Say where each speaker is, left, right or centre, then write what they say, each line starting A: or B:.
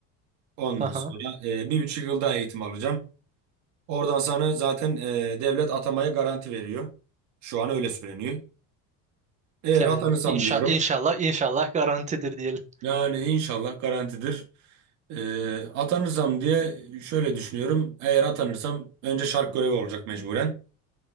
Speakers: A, on the right; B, on the right.
A: Ondan
B: Aha.
A: sonra e, bir buçuk yıl daha eğitim alacağım. Oradan sana zaten e, devlet atamaya garanti veriyor. Şu an öyle söyleniyor. Eğer
B: Yani
A: atanırsam
B: inşa
A: diyorum.
B: inşallah inşallah garantidir diyelim.
A: Yani inşallah garantidir. E, atanırsam diye şöyle düşünüyorum. Eğer atanırsam önce şark görevi olacak mecburen.